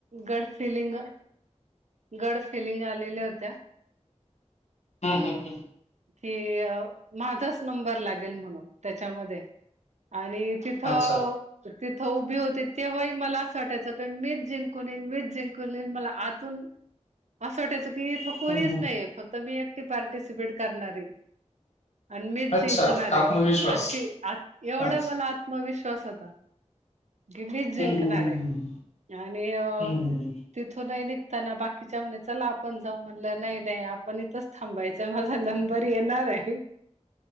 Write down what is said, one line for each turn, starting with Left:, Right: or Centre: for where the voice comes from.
Right: गड फिलिंग गड फिलिंग आलेल्या होत्या,
Left: हं हं हं
Right: कि माझाच नंबर लागेल म्हणून त्याच्यामध्ये आणि तिथं
Left: अच्छा.
Right: तिथं उभी होते तेव्हाही मला असं वाटायचं का, मीच जिंकून येईन, मीच जिंकून येईन मला अजून असं वाटायचं की, इथं
Left: हं,
Right: कोणीच
Left: हं.
Right: नाहीेये फक्त मी एकटी पार्टिसिपेट करणार आहे. आणि मीच
Left: अच्छा,
Right: जिंकणार आहे
Left: आत्मविश्वास.
Right: अशी आ एवढं
Left: अच्छा.
Right: मला आ त्मविश्वास होता. की, मीच जिंकणार
Left: हं, हं,
Right: येआणि अ
Left: हं, हं, हं, हं,
Right: तिथून नही निघताना बाकी कीच्या म्हणे चला आपण जाऊ म्हणलं, नाही- नाही आपण इथंच थांबायचंय माझा नंबर येणार आहे.